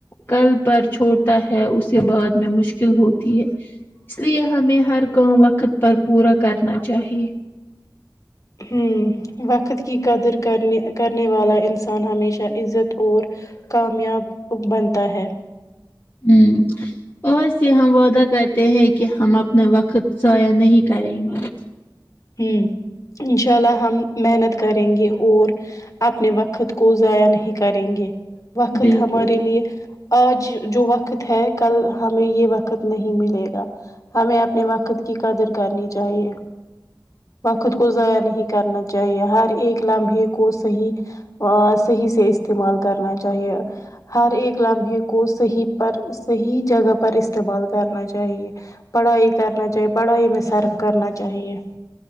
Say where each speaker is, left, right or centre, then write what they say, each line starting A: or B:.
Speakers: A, on the left; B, on the left.
A: کل پر چھوڑتا ہے اسے بعد میں مشکل ہوتی ہے اس لیے ہمیں ہر کام وقت پر پورا کرنا چاہیے
B: ہوں وقت کی قدر کرنے کرنے والا انسان ہمیشہ عزت اور کامیاب بنتا ہے
A: ہوں بس یہاں ہم وعدہ کرتے ہیں کہ ہم اپنا وقت ضائع نہیں کریں گے
B: ہوں انشاء اللہ ہم محنت کریں گے اور اپنے وقت کو ضائع نہیں کریں گے وقت
A: بالکل
B: ہمارے لیے آج جو وقت ہے کل ہمیں یہ وقت نہیں ملے گا ہمیں اپنے وقت کی قدر کرنی چاہیے وقت کو ضائع نہیں کرنا چاہیے ہر ایک لمحے کو صحیح صحیح سے استعمال کرنا چاہیے ہر ایک لمحے کو صحیح پر صحیح جگہ پر استعمال کرنا چاہیے پڑھائی کرنا چاہیے پڑھائی میں صرف کرنا چاہیے